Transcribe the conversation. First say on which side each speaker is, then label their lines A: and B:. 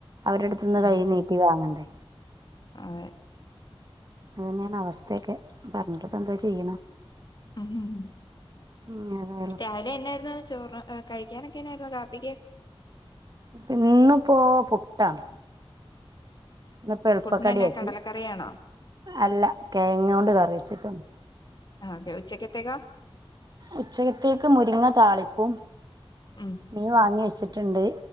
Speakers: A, on the right (about 45°); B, on the left (about 45°).
A: അവരെട്ത്ത്ന്ന് കൈ
B: ഉം
A: നീട്ടി വാങ്ങണ്ടേ
B: അതെ
A: അതനെയാണ് അവസ്ഥയൊക്കെ പറഞ്ഞിട്ട് പ്പോ എന്താ ചെയ്യണെ
B: ഉമ്മ്
A: ഉം ഏതായാലും
B: രാവിലെ എന്നായിരുന്നു ചോറ് കഴിക്കാനൊക്കൊയിരുന്നു കാപ്പിക്ക്.
A: ഇന്നിപ്പോ പുട്ടാണ്. ഇന്നിപ്പോ എളുപ്പക്കടിയാക്കി
B: പുട്ടിനെന്നാ കടലക്കറിയാണോ
A: അല്ല കെയങ്ങുകൊണ്ട് കറിവെച്ച്ക്ക്ണ്.
B: ഒക്കെ ഉച്ചക്കെതെക്കോ?
A: ഉച്ചക്കത്തേക്ക് മുരിങ്ങ താളിപ്പും
B: മ്മ്
A: മീൻ വാങ്ങി വെച്ചിട്ടുണ്ട്.